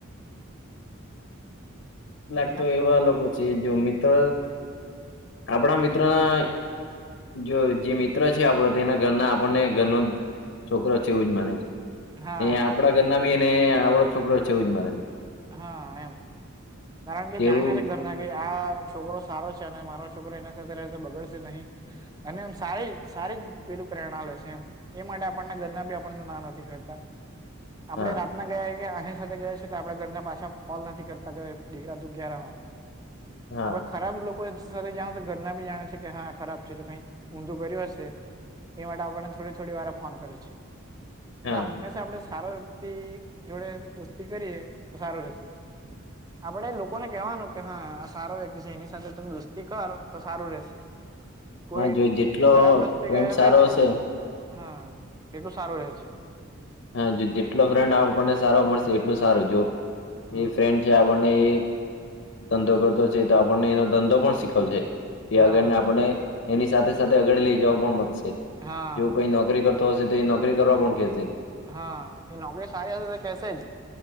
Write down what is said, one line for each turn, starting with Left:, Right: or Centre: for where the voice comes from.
Left: લાગતો
Right: એને
Left: એવા લોકો છે જો મિત્ર આપણા મિત્રો ના જો જે મિત્ર છે આપડો તેના ઘરના આપણને ઘરનો. છોકરો છે એવું જ માને છે
Right: હા
Left: એ આપણા ઘરના બી અનેને આપડો છોકરો છે એવું જ માને છે.
Right: હા એમ કારણ કે
Left: તેવું
Right: જાણે છે ઘર ના કે આ છોકરો સારો છે અને મારો છોકરો એના સાથે રહેશે બગડશે નહીં. અને એમ સારી સારી જ પેલું પ્રેરણા લેશે એમ. એ માટે આપણના ઘરના બી આપણને ના નથી કરતા. આપડે
Left: હા
Right: રાતના ગયા કે અહીં સાથે ગયા છી. આપ ઘરના પાછા કોલ નથી કરતા કે દીકરા તું ગાર હોવાનું આપડે.
Left: હા
Right: ખરાબ લોકો સાથે જાાવ તો ઘરના બી જાણે છે કે હા ખરાબ છે એટલે કઈ ઊંધું કર્યું હશે. એ માટે આપણને થોડી થોડી વાર ફોન કરે છે. એટલે
Left: હા
Right: હંમેશા આપડે સારો વ્યક્તિ જોડે દોસ્તી કરીએ, તો સારું જશે. આપડે લોકોને કેવાનું કે, હા આ સારો વ્યક્તિ છે એની સાથે ત દોસ્તી કર, તો સારું રશે. કોઈ
Left: હા જો જેટલો
Right: ખરાબ રસ્તે
Left: ફ્રેન્ડ
Right: ગયા
Left: સારો
Right: હોય ને?
Left: હશે
Right: હા! તે તો સારું રહે છે.
Left: હા! જો જેટલો ફ્રેન્ડ આપણને સારો મળશે. એટલું સારું જો
Right: હમ
Left: એ ફ્રેન્ડ. જે આપણને એ ધંધો કરતો છે. તો આપણને એનો ધંધો પણ શીખવશે. એ
Right: હા
Left: અગળને આપણે એની સાથે સાથે આગળ લઈ જવા પણ મશે.
Right: હા
Left: જો કઈ નોકરી કર. તો સધી નૌકરી કરવા પણ કેસે
Right: હા એ નોકરી સારી હશે તો કેશે જ.